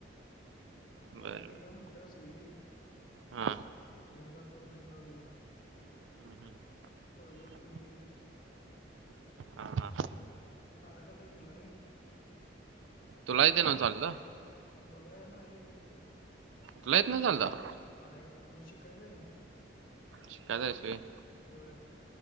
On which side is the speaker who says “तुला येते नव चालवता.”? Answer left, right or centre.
Right